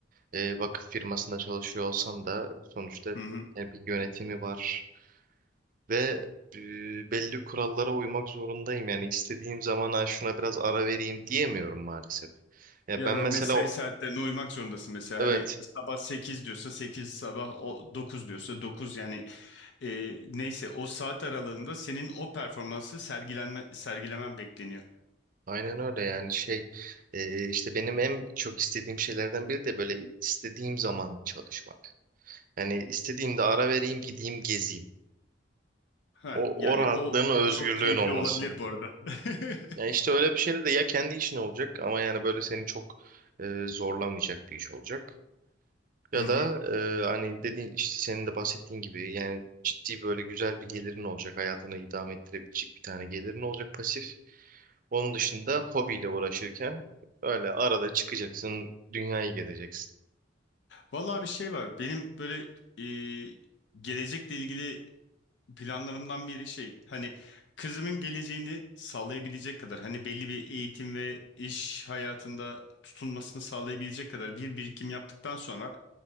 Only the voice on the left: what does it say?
Hı hı.
Ya
da
mesai
saatlerine uymak zorundasın mesela.
Hani sabah 8 diyorsa sekiz sabah o 9 diyorsa 9 yani e, neyse o saat aralığında senin o performansı sergilenme, sergilemen bekleniyor.
Ha,
yani
o
çok keyifli
olabilir bu arada. <laughs>
Hı hı.
Vallahi bir şey var. Benim böyle e, gelecekle ilgili planlarımdan biri şey hani kızımın geleceğini sağlayabilecek kadar hani belli bir eğitim ve iş hayatında tutunmasını sağlayabilecek kadar bir birikim yaptıktan sonra